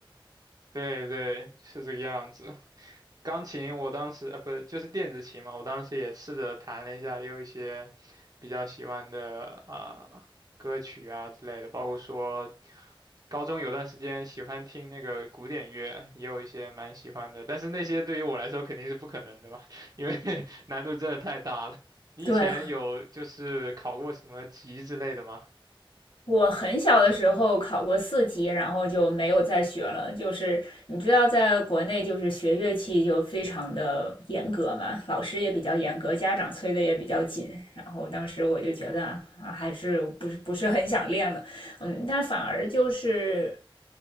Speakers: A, on the right; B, on the left.
A: 对对，是这个样子。钢琴我当时啊，不是就是电子琴嘛，我当时也试着弹了一下，也有一些比较喜欢的啊、呃歌曲啊之类的，包括说高中有段时间喜欢听那个古典乐，也有一些蛮喜欢的，但是那些对于我来说肯定是不可能的嘛，<laughs> 因为难度真的太大了。你以前有就是考过什么级之类的吗？
B: 对，我很小的时候考过四级，然后就没有再学了。就是你知道，在国内就是学乐器就非常的严格嘛，老师也比较严格，家长催的也比较紧。然后当时我就觉得啊，还是不是不是很想练了，嗯，但反而就是